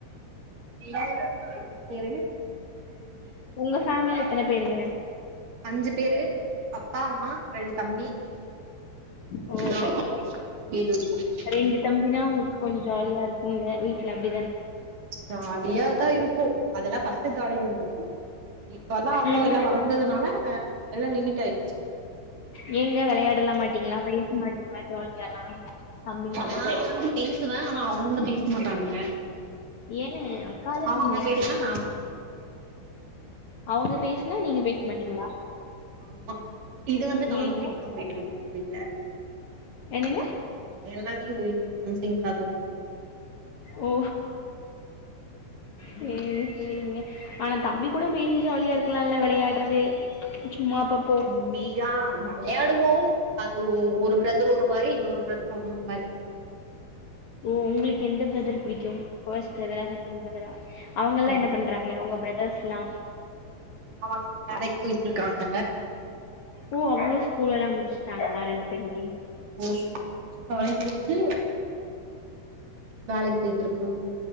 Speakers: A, on the right; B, on the left.
A: அஞ்சு பேரு <unintelligible>
B: உங்க ஃபேமிலில எத்தன பேருங்க
A: அஞ்சு பேரு அப்பா அம்மா ரெண்டு தம்பி
B: ஓ
A: நா அஞ்சு பேருதா <inaudible>
B: ரெண்டு தம்பினா உங்களுக்கு கொஞ்சோ ஜாலியாருக்கு உங்க வீட்ல அப்டே
A: ஜாலியாதா இருக்கு அதெல்லா பஃஸ்ட்டு ஜாலியா இருந்துது இப்பல்லா அவ்ளோ
B: ம்
A: எல்லா வளந்ததுனால எல்லா லிமிட்டாயிச்சு
B: நீங்க வெளயாடலா மாட்டீங்ளா பேச மாட்டீங்ளா ஜாலியால்லா தம்பிங்ளோடு
A: நா வந்து பேசுவே ஆனா அவுனுங்க பேச மாட்டானுங்க
B: ஏ உக்காராதீங்க
A: அவுனுங்க பேஸ்னா நா பேச மாட்ட
B: அவங்க பேசுனா நீங்க பேச மாட்டீங்களா
A: ஆமா இது வந்து நான்
B: ஏங்க
A: சிங்கா போயிட்ருக்கு எங் வீட்ல
B: என்னங்க
A: எல்லாமே எங்க வீட்ல நான் சிங்கா தா போவு
B: ஓ சே சேரி சேரிங்க ஆனா தம்பி கூட பேசி ஜாலியா இருக்கலால வெளயாட்றது சும்மா அப்ப
A: தம்பியா <inaudible> வெளயாடுவோ அது ஓ ஒரு பிரதர் ஒரு மாரி இன்னொரு பிரதர் ஒன்னொரு மாரி
B: ஓ உங்குளுக்கு எந்த பிரதர் புடிக்கு ஃபஸ்ட் பிரதரா செகண்ட் பிரதரா அவங்கல்லா
A: ரெண்டு
B: என்ன
A: பேருமே
B: பண்றாங்க உங்க பிரதர்ஸ்லா
A: அவங்க <inaudible> வேலைக்கு போயிட்ருக்காங்க
B: ஓ அவ்ங்ளு ஸ்கூல் எல்லா முடிச்சுட்டாங்ளா ரெண்டு பேருமே
A: ஸ்கூல் முடிச்சு காலேஜ் முடிச்சு வேலைக்கு பேயிட்ருக்காங்க